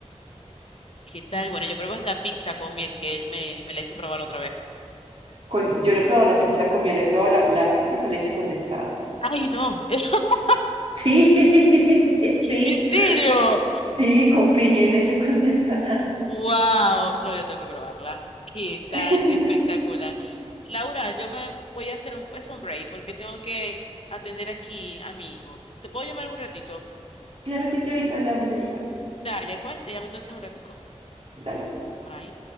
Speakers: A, on the left; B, on the right.
A: ¿Qué tal? Bueno, yo probé la pizza con miel que él me, me la hizo probar otra vez.
B: con, yo no he probado la pizza con miel, he probado la, la pizza con leche condensada.
A: Ay, no. <laughs>
B: Sí, <laughs> sí.
A: ¿En serio?
B: Sí, con piña y leche condensada.
A: Wow. No, yo tengo que probarla. ¿Qué tal?
B: <laughs>
A: Espectacular. Laura, yo me voy a hacer un, voy a hacer un break porque tengo que atender aquí a mi hijo. ¿Te puedo llamar en un ratito?
B: Claro que sí, ahorita hablamos, Elisa.
A: Dale, pues te llamo entonces un ratico.
B: Dale, pues.
A: Bye.